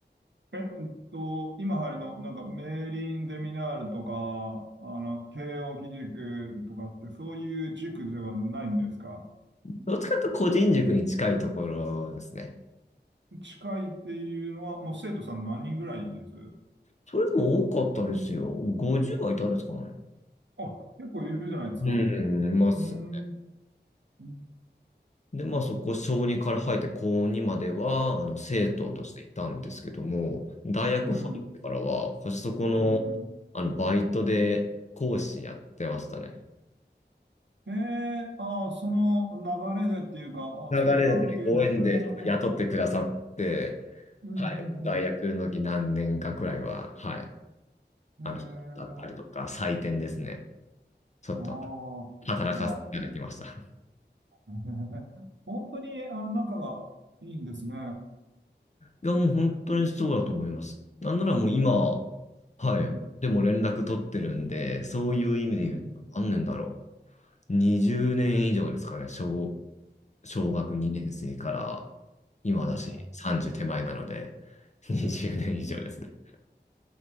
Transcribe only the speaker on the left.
どっちかというと個人塾に近いところですね。
それでも多かったですよ。50はいたですかね。
うん、いますね。
で、まあそこ、小2から入って高2までは、あの、生徒としていたんですけども、
大学入ってからは、
私そこの、
あの、バイトで講師やってましたね。
流れでご縁でちょっと雇ってくださって、
はい、もう大学の時何年かくらいは、
はい、
あの、だったりとか、採点ですね。ちょっと
働かせていただきました。
いや、もう本当にそうだと思います。なんならもう今、はい、
でも連絡取ってるんで、そういう意味で言うと、
何年だろう。20年以上ですかね、小、小学2年生から今だし、
30手前なので、20年以上ですね。